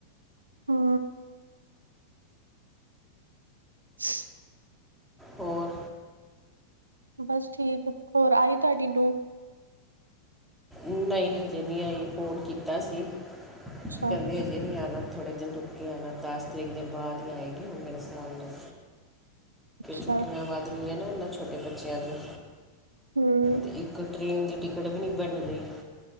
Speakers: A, on the right; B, in the centre.
A: ਹੂ <unintelligible>
B: ਹੋਰ
A: ਬਸ ਠੀਕ ਏ, ਹੋਰ ਆਈ ਤੁਹਾਡੀੇ ਨੂੰ
B: ਨਈ ਹਜੇ ਨਈ ਆਈ, ਫੋਨ ਕੀਤਾ ਸੀ,
A: ਅੱਛਾ
B: ਕਹਿੰਦੇ ਹਜੇ ਹਜੇ ਨਈ ਆਣਾ, ਥੋੜੇ ਦਿਨ ਰੁੱਕ ਕੇ ਆਣਾ, ਦਸ ਤਰੀਕ ਦੇ ਬਾਅਦ ਹੀ ਆਏਗੀ ਉਹ ਮੇਰੇ ਹਿਸਾਬ ਨਾਲ
A: ਅੱਛਾ
B: ਛੁੱਟੀਆਂ ਵੱਧ ਗਈਆਂ ਨਾ, ਇਹਨਾਂ ਛੋਟੇ ਬੱਚਿਆਂ ਦਿਆਂ,
A: ਹੂੰ
B: ਤੇ ਇੱਕ ਟ੍ਰੇਨ ਦੀ ਟਿਕਟ ਵੀ ਨਈ ਬਣ ਰਹੀ